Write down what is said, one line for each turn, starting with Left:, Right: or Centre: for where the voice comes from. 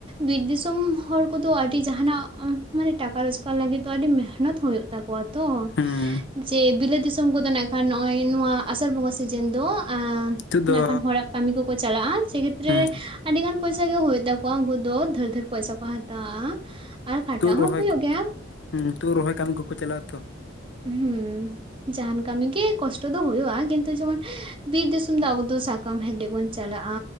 Right: ᱵᱤᱨ ᱫᱤᱥᱚᱢ ᱦᱚᱲ ᱠᱚᱫᱚ ᱟᱹᱰᱤ ᱡᱟᱦᱟᱸᱟᱱᱟᱜ ᱢᱟᱱᱮ ᱴᱟᱠᱟ ᱨᱳᱡᱽᱠᱟᱨ ᱞᱟᱹᱜᱤᱫ ᱫᱚ ᱟᱹᱰᱤ ᱢᱮᱦᱱᱚᱛ ᱦᱩᱭᱩᱜ ᱛᱟᱠᱚᱣᱟ ᱛᱚ
Left: ᱦᱩᱸ
Right: ᱡᱮ ᱵᱤᱞᱟᱹᱛ ᱫᱤᱥᱚᱢ ᱠᱚᱫᱚ ᱱᱟᱜ ᱟᱨ ᱱᱚᱜᱼᱚᱭ ᱱᱚᱣᱟ ᱟᱥᱟᱲ ᱵᱚᱸᱜᱟ ᱥᱤᱡᱮᱱ ᱫᱚ ᱟᱸᱻ
Left: ᱱᱤᱛᱚᱜ ᱫᱚ
Right: ᱤᱱᱟᱹ ᱠᱷᱟᱱ ᱦᱚᱲᱟᱜ ᱠᱟᱹᱢᱤ ᱠᱚᱠᱚ ᱪᱟᱞᱟᱜᱼᱟ ᱡᱮ
Left: ᱦᱩᱸ
Right: ᱨᱮ ᱟᱹᱰᱤ ᱜᱟᱱ ᱯᱚᱭᱥᱟ ᱜᱮ ᱦᱩᱭᱩᱜ ᱛᱟᱠᱚᱣᱟ ᱩᱱᱠᱩ ᱫᱚ ᱫᱷᱟᱹᱨ ᱫᱷᱟᱹᱨ ᱯᱚᱭᱥᱟ ᱠᱚ ᱦᱟᱛᱟᱣᱟ ᱟᱨ ᱠᱷᱟᱴᱟᱜ
Left: ᱛᱩᱫ
Right: ᱦᱚᱸ
Left: ᱨᱚᱦᱚᱭ
Right: ᱦᱩᱭᱩᱜ ᱜᱮᱭᱟ
Left: ᱦᱩᱸ ᱛᱩᱫ ᱨᱚᱦᱚᱭ ᱠᱟᱹᱢᱤ ᱠᱚ ᱠᱚ ᱪᱟᱞᱟᱜᱼᱟ ᱛᱚ
Right: ᱦᱩᱸᱻ ᱡᱟᱦᱟᱱ ᱠᱟᱹᱢᱤ ᱜᱮ ᱠᱚᱥᱴᱚ ᱫᱚ ᱦᱩᱭᱩᱜᱼᱟ ᱠᱤᱱᱛᱩ ᱡᱮᱢᱚᱱ ᱵᱤᱨ ᱫᱤᱥᱚᱢ ᱫᱚ ᱟᱵᱚ ᱫᱚ ᱥᱟᱼᱼ ᱠᱟᱢ ᱦᱮᱴᱮᱡ ᱵᱚᱱ ᱪᱟᱞᱟᱜᱼᱟ